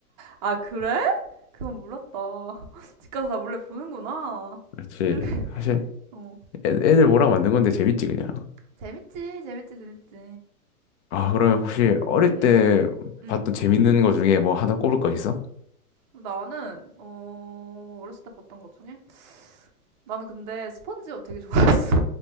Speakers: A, on the right; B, on the left.
A: 아, 그래? 그건 몰랐다. <laughs> 집 가서 나 몰래 보는구나.
B: 그렇지.
A: 그렇게 <laughs>
B: 사실
A: 어
B: 애, 애들 보라고 만든 건데 재밌지, 그냥.
A: 재밌지 재밌지 재밌지.
B: 아, 그러면
A: 맞.
B: 혹시 어릴
A: 응
B: 때
A: 응.
B: 봤던 재밌는 거 중에 뭐 하나 꼽을 거 있어?
A: 나는 어 어렸을 때 봤던 것 중에 나는 근데 스펀지밥 되게 좋아했어.